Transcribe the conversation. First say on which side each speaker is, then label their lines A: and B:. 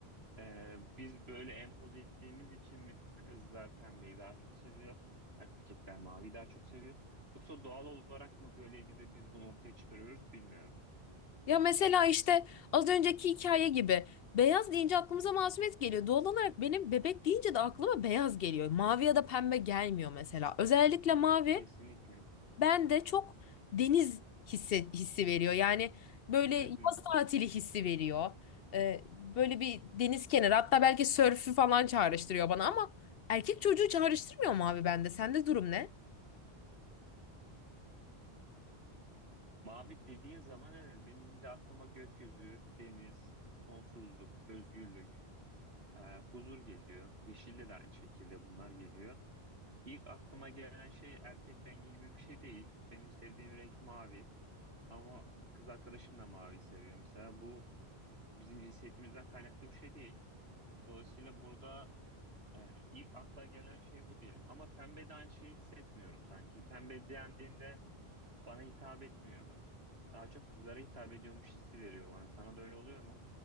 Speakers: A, on the right; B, on the left.
A: Ee, biz böyle empoze ettiğimiz için mi kızlar pembeyi daha çok seviyor, erkekler maviyi daha çok seviyor? Yoksa doğal olarak mı böyleydi de biz bunu ortaya çıkarıyoruz bilmiyorum.
B: Ya mesela işte az önceki hikaye gibi beyaz deyince aklımıza masumiyet geliyor. Doğal olarak benim bebek deyince de aklıma beyaz geliyor. Mavi ya da pembe gelmiyor mesela. Özellikle mavi
A: Kesinlikle.
B: ben de çok deniz hissi, hissi veriyor. Yani böyle
A: Hı
B: yaz
A: hı.
B: tatili hissi veriyor. Ee, böyle bir deniz kenarı hatta belki sörfü falan çağrıştırıyor bana ama erkek çocuğu çağrıştırmıyor mu abi bende? Sende durum ne?
A: Mavi dediğin zaman evet benim de aklıma gökyüzü, deniz, sonsuzluk, özgürlük, e, huzur geliyor. Yeşilde de aynı şekilde bunlar geliyor. İlk aklıma gelen şey erkek rengi gibi bir şey değil. Benim sevdiğim renk mavi ama kız arkadaşım da maviyi seviyor mesela. Bu bizim cinsiyetimizden kaynaklı bir şey değil. Dolayısıyla burada e, ilk akla gelen şey bu değil. Ama pembe de aynı şeyi hissetmiyorum sanki. Pembe dendiğinde bana hitap etmiyor. Daha çok kızlara hitap ediyormuş hissi veriyor bana. Sana da öyle oluyor mu?